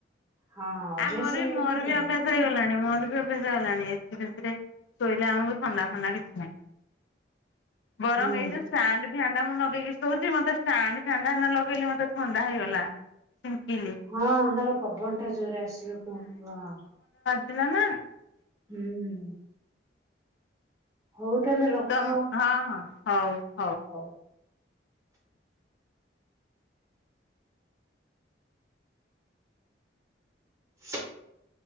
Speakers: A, on the right (about 15°); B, on the left (about 80°).
A: ହଁ ଅଭ୍ୟାସ
B: ଆମୋର
A: ହେଇଯାଇଥିଲେ
B: ବି ମୋର ବି
A: ହବ।
B: ଅଭ୍ୟାସ ହେଇଗଲାଣି ମୋର ଅଭ୍ୟାସ ହେଇଗଲାଣି ଏସି ଫେସୀ ରେ ଶୋଇଲେ ଆମକୁ ଥଣ୍ଡା ଫଥଣ୍ଡା କିଛି ନାହିଁ। ବରଂ
A: ହୁଁ
B: ଏଇ ଯୋଉଷ୍ଟାଣ୍ଡ ଫ୍ୟାନ ଟା ମୁଁ ଲଗେଇକି ଶୋଉଛି ମତେଷ୍ଟାଣ୍ଡ ଫ୍ୟାନ ନ ଲଗେଇଲେ ମତେ ଥଣ୍ଡା ହେଇଗଲା। ଛିଙ୍କିଲି।
A: ହଁ ହେଟା ପା ପବନ ଟା ଜୋରରେ ଆସିବ ହଁ।
B: ପିଲା ନା।
A: ହୁଁ। ହଉ ତାହେଲେ ରଖ
B: ତମ ହଁ ହଁ ହଉ।
A: ହଉ। <inaudible>